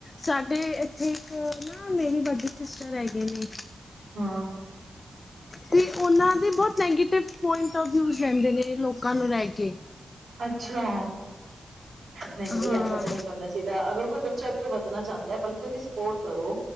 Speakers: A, on the left (about 40°); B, on the right (about 80°).
A: ਸਾਡੇ ਇੱਥੇ ਇੱਕ ਨਾ ਮੇਰੀ ਵੱਡੀ ਸਿਸਟਰ ਹੈਗੇ ਨੇ
B: ਹਾਂ
A: ਤੇ ਉਹਨਾਂ ਦੇ ਬਹੁਤ ਨੈਗੇਟਿਵ ਪੁਇੰਟਫ ਵਿਊ ਰਹਦੇ ਨੇ ਲੋਕਾਂ ਨੂੰ ਲੈਕੇ
B: ਅੱਛਾ। ਨਹੀਂ, ਬਈ
A: ਹਾਂ
B: ਐਸਾ ਤਾਂ ਨ ਨਹੀਂ ਕਰਨਾ ਚਾਹੀਦਾ। ਅਗਰ ਕੋਈ ਬੱਚਾ ਅੱਗੇ ਵਧਣਾ ਚਾਹਂਦਾ ਬਲਕਿ, ਕਿਉਂਕਿ ਸਪੋਰਟ ਕਰੋ